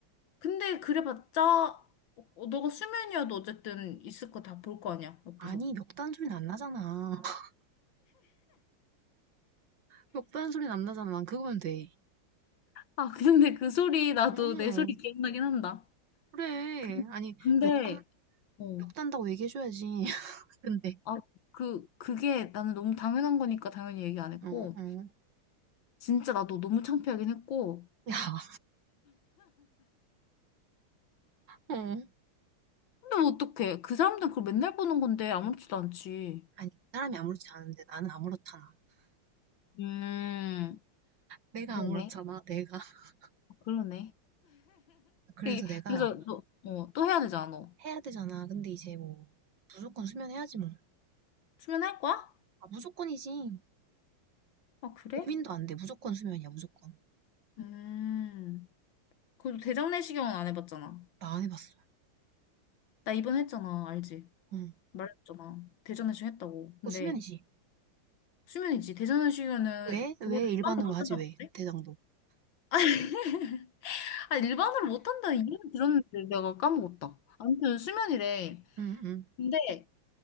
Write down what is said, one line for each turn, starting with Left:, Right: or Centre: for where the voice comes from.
Left: 근데 그래봤자, 어, 어, 너가 수면이어도 어쨌든 있을 거 다 볼 거 아니야, 옆에서.
Right: 아니, 멱단 소리는 안 나잖아. <laughs> 멱단 소리는 안 나잖아. 난 그거면 돼.
Left: 아, 근데 그 소리, 나도
Right: 어,
Left: 내 소리 기억나긴 한다.
Right: 그래.
Left: 근-
Right: 아니,
Left: 근데,
Right: 멱단,
Left: 어,
Right: 멱단다고 얘기해줘야지. <laughs> 근데,
Left: 아, 그, 그게 나는 너무 당연한 거니까 당연히 얘기 안 했고,
Right: 어, 어.
Left: 진짜 나도 너무 창피하긴 했고,
Right: 야, 어.
Left: 근데 뭐 어떡해. 그 사람들 그걸 맨날 보는 건데 아무렇지도 않지.
Right: 아니, 그 사람이 아무렇지 않은데 나는 아무렇잖아.
Left: 음,
Right: 내가
Left: 그러네.
Right: 아무렇잖아, 내가. <laughs>
Left: 아, 그러네.
Right: 그래서
Left: 그-
Right: 내가
Left: 그래서 너, 어, 또 해야 되잖아, 너.
Right: 해야 되잖아. 근데 이제 뭐, 무조건 수면해야지 뭐.
Left: 수면할 거야?
Right: 아, 무조건이지.
Left: 아, 그래?
Right: 고민도 안 돼. 무조건 수면이야, 무조건.
Left: 음. 그래도 대장 내시경은 안 해봤잖아.
Right: 나 안 해봤어.
Left: 나 이번 했잖아, 알지?
Right: 응.
Left: 말했잖아. 대장 내시경 했다고. 근데
Right: 그거 수면이지.
Left: 수면이지. 대장 내시경은
Right: 왜? 왜
Left: 그걸 안
Right: 일반으로
Left: 받는 못
Right: 하지,
Left: 한다던데?
Right: 왜? 대장도.
Left: <laughs> 아, 일반으로 못한다 이름 들었는데 내가 까먹었다. 아무튼 수면이래.
Right: 응, 응,
Left: 근데